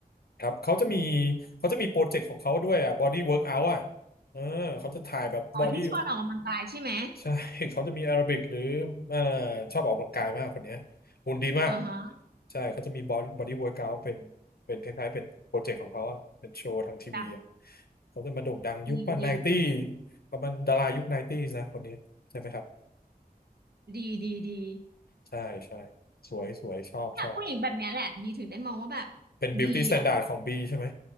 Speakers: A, on the left; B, on the right.
A: ครับเขาจะมีเขาจะมีโปรเจกต์ของเขาด้วยอ่ะ body workout อ่ะเออเขาจะถ่ายแบบ
B: อ๋อที่ชวนออกกำลังกายใช่ไหม
A: body ใช่ <laughs> เขาจะมีแอโรบิกหรือเอ่อชอบออกกำลังกายมากคนเนี้ยหุ่นดีมาก
B: อ่าฮะ
A: ใช่เขาจะมี body body workout เป็นเป็นคล้ายๆเป็นโปรเจกต์ของเขาอ่ะเป็นโชว์ทางทีวีอ่ะ
B: จ้ะ
A: เขาจะมาโด่งดังยุคป่ะไนตี้
B: ดีดีดี
A: ประมาณดารายุคไนตี้นะคนนี้ใช่ไหมครับ
B: ดีดีดี
A: ใช่ใช่สวยสวยชอบชอบ
B: แต่ผู้หญิงแบบเนี้ยแหละบีถึงได้มองว่าแบบ
A: เป็น beauty
B: ดีอ่ะ
A: standard ของบีใช่ไหม